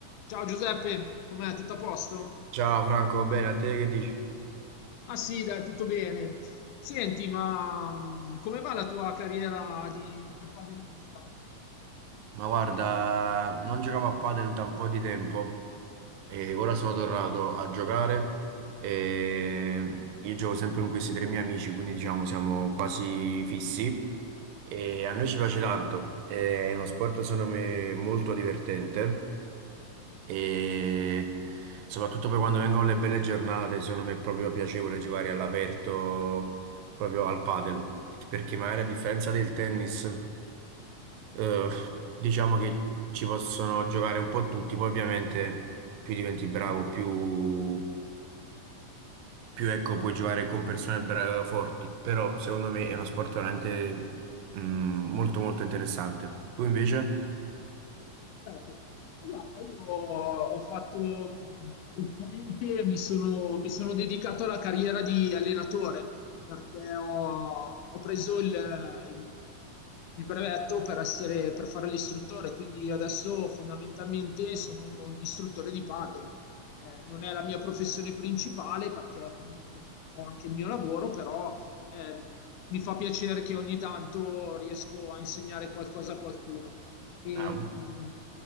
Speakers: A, on the left (about 80°); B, on the right (about 85°).
A: Ciao Giuseppe, com'è? Tutto a posto?
B: Ciao Franco, va bene? A te che dici?
A: Ah sì, dai, tutto bene. Senti, ma mm, come va la tua carriera di, di padellista?
B: Ma guarda, non giocavo a padel da un po' di tempo e ora sono tornato a giocare e io gioco sempre con questi tre miei amici, quindi diciamo siamo quasi fissi e a noi ci piace tanto, è uno sport secondo me molto divertente e soprattutto poi quando vengono le belle giornate, secondo me è proprio piacevole giocare all'aperto, proprio al padel, perché magari a differenza del tennis, eh, diciamo che ci possono giocare un po' tutti, poi ovviamente più diventi bravo, più, più ecco, puoi giocare con persone bra- forti, però secondo me è uno sport veramente mm, molto molto interessante. Tu invece?
A: Certo. Ma guarda, io ho fatto mh, ultimamente mi sono, mi sono dedicato alla carriera di allenatore perché ho, ho preso il, il- il brevetto per essere, per fare l'istruttore, quindi io adesso fondamentalmente sono un istruttore di paddle. Eh, non è la mia professione principale perché comunque ho anche il mio lavoro, però ehm, mi fa piacere che ogni tanto riesco a insegnare qualcosa a qualcuno. E,
B: Ah,
A: mh,